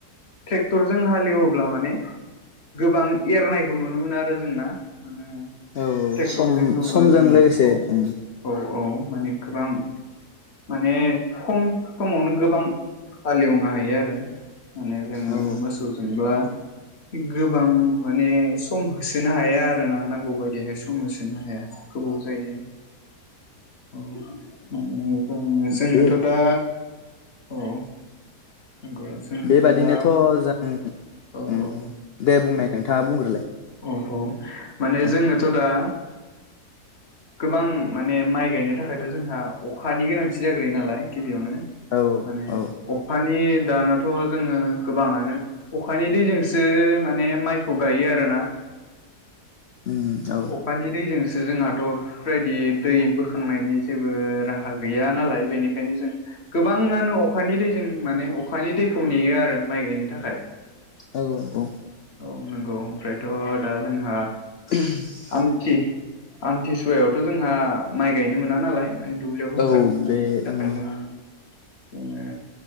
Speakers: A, on the left; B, on the left.
A: ट्रेक्टरजों हालेवोब्ला माने गोबां एरनायखौ नुनो मोनो आरो जोंना। मानो
B: औ
A: ट्रेक्टरजों
B: सम समजों लोगोसे
A: <unintelligible>
B: उम
A: औ औ माने गोबां। माने खम समावनो गोबां हालेवनो हायो आरो। माने जोङो
B: औ
A: मोसौजोंब्ला गोबां माने सम होसोनो हाया आरोना नांगौ बायदिहाय सम होसो होनो हाया गोबावजायो। औ माने जोंङो जोंनोथ
B: बे
A: दा औ। नंगौ जोंनोथ'
B: बेबादिनोथ'
A: दा
B: जों
A: औ औ
B: दे बुंनाय नोंथाङा बुंग्रोलाय
A: औ औ माने
B: औ
A: जोंनोथ' दा
B: <inaudible>
A: गोबां माने माइ गायनो थाखायथ' जोंहा अखानि गोनांथि जाग्रोयो नालाय गिबियावनो
B: औ
A: माने
B: औ
A: अखानि दानाथ' जोङो गोबाङानो अखानि दैजोंसो माने माइखौ गायो आरो ना।
B: उम औ
A: अखानि दैजों सो जोंहाथ' बेफोरबायदि दै बोखांनायनि जेबो राहा गैया नालाय बेनिखायनो जों गोबाङानो अखानि दैजों माने अखानि दैखौ नेयो आरो माइ गायनो थाखाय।
B: औ औ औ।
A: औ नंगौ ओमफ्रायथ' दा जोंहा
B: <unintelligible>
A: आमथि आमथि सुवायावथ' जोंहा माइ गायनो मोना नालाय माने दुब्लियावबो
B: औ
A: ओंखारनो मोना
B: बे
A: बेनि थाखाय
B: उम
A: जों जोङो